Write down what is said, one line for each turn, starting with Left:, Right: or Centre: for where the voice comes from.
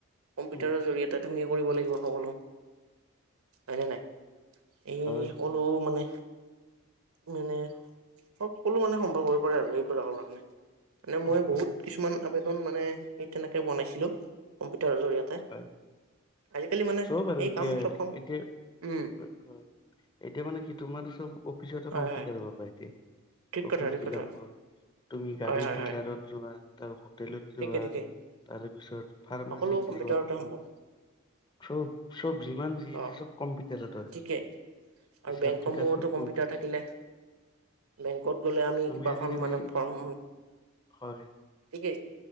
Right: কম্পিউটাৰৰ
Left: উম
Right: জৰিয়তে তুমি কৰিব লাগিব সকলো। হয় নে নাই এই
Left: হয়
Right: সকলো মানে মানে সব কলো মানে সম্ভৱ হৈ পৰে আৰু পাৰাও মানে। মানে মই
Left: হয়
Right: বহুত কিছুমান আবেদ মানে তেনেকে বনাইছিলো জৰিয়তে
Left: হয়
Right: আজিকালি মানে
Left: চব আৰু
Right: সেই
Left: এতিয়া
Right: কাম চব কাম
Left: এতিয়া
Right: উম
Left: হয় এতিয়া মানে কি তোমাৰ চব অফিচতে
Right: হয়
Left: কম্পিউটাৰ
Right: হয়
Left: পাবা এতিয়া
Right: ঠিক
Left: অফিচ
Right: কথা ঠিক
Left: বিলাকত
Right: কথা
Left: তুমি গাড়ী
Right: হয় হয়
Left: ডিলাৰত
Right: হয়
Left: যোৱা তাৰ হোটেলত
Right: ঠিকে
Left: যোৱা
Right: ঠিকে
Left: তাৰপিছত ফাৰ্মাচিত।
Right: সকলো কম্পিউটাৰতে সম্ভৱ
Left: চব চব যিমান যি
Right: অ
Left: আছে চব কম্পিটাৰত হয়
Right: ঠিকে আৰু
Left: হিচানিকাচ
Right: বেংকসমূহতো
Left: চব
Right: কম্পিউটাৰ
Left: কম।
Right: থাকিলে বেংকত গ'লে আমি
Left: তুমি
Right: কিবাখন
Left: আজিকালি
Right: মানে ফৰ্ম
Left: হয়
Right: ঠিকেই